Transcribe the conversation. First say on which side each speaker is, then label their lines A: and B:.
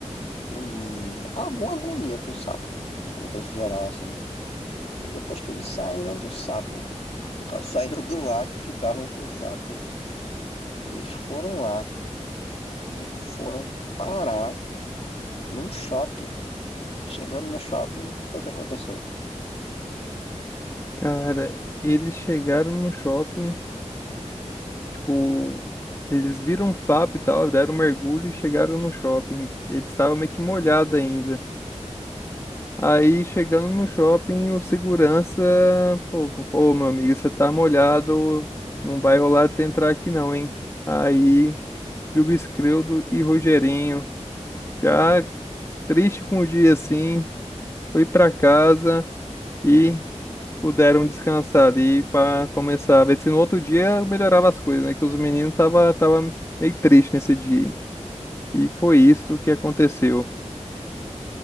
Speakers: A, on the left; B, on the left.
A: Tinha um, alguma agonia com o sapo, no contexto geral, assim. E depois que eles saíram do sapo, no caso, <laughs> saíram do lago que estavam com o sapo, eles foram lá e foram parar num shopping. Chegando no shopping, o que foi que aconteceu?
B: Cara, eles chegaram no shopping. Tipo, eles viram um sapo e tal, deram um mergulho e chegaram no shopping. Eles estavam meio que molhados ainda. Aí, chegando no shopping, o segurança, pô, pô, meu amigo, você tá molhado, não vai rolar de você entrar aqui não, hein? Aí, Juba Escredo e Rogerinho, já triste com o dia assim, foi pra casa e puderam descansar ali para começar a ver se no outro dia melhorava as coisas, né? Que os meninos tava, tava meio triste nesse dia. hein? E foi isso que aconteceu.